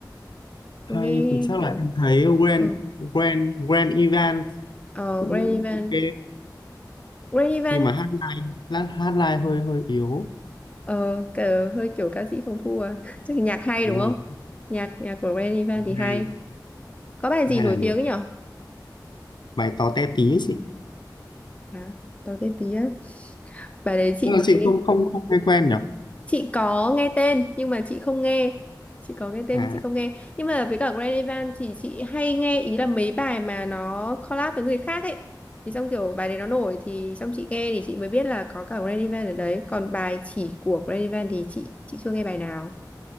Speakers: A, on the left; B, on the left.
A: hay
B: nghe
A: thì chắc
B: kiểu
A: là em thấy Grand
B: ừ.
A: Grand Grand Event
B: Ờ,
A: cũng
B: Granny Van.
A: ok
B: Granny Van
A: nhưng mà hát live lát hát live hơi hơi yếu
B: Ờ, cờ, hơi kiểu ca sĩ phòng thu à. <laughs> Chắc là nhạc hay
A: đúng
B: đúng không?
A: rồi
B: Nhạc nhạc của Ren Evan thì hay.
A: hay
B: Có bài gì
A: hay
B: nổi
A: là được
B: tiếng ấy nhở?
A: bài to té tí ấy chị
B: Hả? Có cái tí á. Bài đấy chị
A: chắc
B: mới
A: là chị không không không nghe quen nhỉ
B: chị có nghe tên nhưng mà chị không nghe. Chị có nghe tên
A: à
B: nhưng chị không nghe. Nhưng mà với cả Ren Evan thì chị hay nghe ý là mấy bài mà nó collab với người khác ấy. Thì xong kiểu bài đấy nó nổi thì xong chị nghe thì chị mới biết là có cả Ren Evan ở đấy. Còn bài chỉ của Ren Evan thì chị chị chưa nghe bài nào.